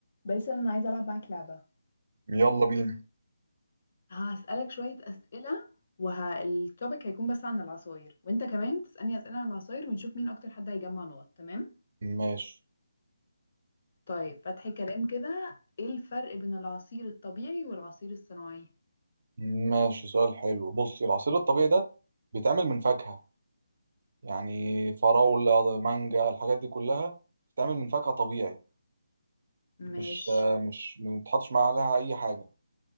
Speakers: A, on the left; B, on the right.
A: باسل انا عايزه العب معاك لعبه
B: يلا بينا
A: هسالك شويه اسئله والتوبيك هيكون بس عن العصاير وانت كمان تسالني اسئله عن العصاير ونشوف مين اكتر حد هيجمع نقط تمام
B: ماشي
A: طيب فتحي كلام كده ايه الفرق بين العصير الطبيعي والعصير الصناعي
B: ماشي سؤال حلو بص العصير الطبيعي ده بيتعمل من فاكهة يعني فراولة مانجا الحاجات دي كلها بتتعمل من فاكهة طبيعي
A: مش
B: مش آه، مش ما بتحطش معاها عليها أي حاجة